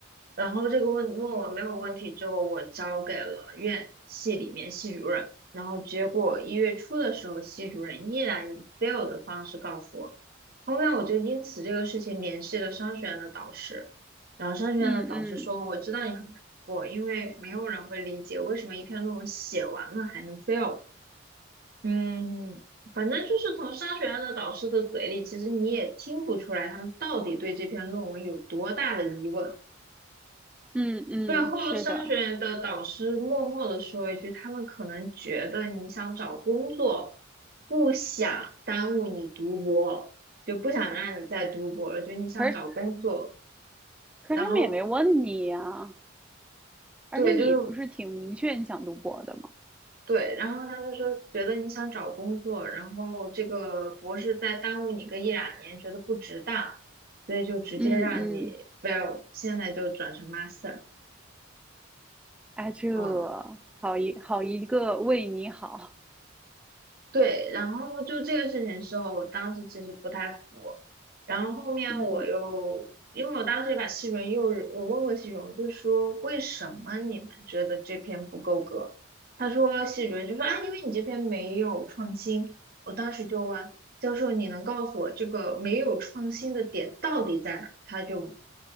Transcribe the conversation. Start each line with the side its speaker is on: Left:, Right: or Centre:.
Right: 然后这个问论文没有问题之后，我交给了院系里面系主任，然后结果一月初的时候，系主任依然以 fail 的方式告诉我。后面我就因此这个事情联系了商学院的导师，然后商学院的导师说：
Centre: 嗯嗯
Right: “我知道你很难过，因为没有人会理解为什么一篇论文写完了还能 fail。”嗯，反正就是从商学院的导师的嘴里，其实你也听不出来他们到底对这篇论文有多大的疑问。
Centre: 嗯嗯，
Right: 最后商学院的导师默默的说一句，
Centre: 是的。
Right: 他们可能觉得你想找工作，不想耽误你读博，就不想让你再读博了，觉得你想找工作，
Centre: 可是可是他们也没问你呀、
Right: 然后
Centre: 而且你不是挺明确你想读博的吗？
Right: 对，就是对，然后他就说觉得你想找工作，然后这个博士再耽误你个一两年，觉得不值当，所以就直接让你
Centre: 嗯嗯，
Right: fail，现在就转成 master，
Centre: 哎，这
Right: 嗯。
Centre: 好一好一个为你好，
Right: 对，然后就这个事情时候，我当时其实不太服，然后后面我又，
Centre: 嗯
Right: 因为我当时也把西荣又，我问过西荣，我就说为什么你们觉得这篇不够格？他说西荣就说啊，因为你这篇没有创新。我当时就问教授，你能告诉我这个没有创新的点到底在哪？他就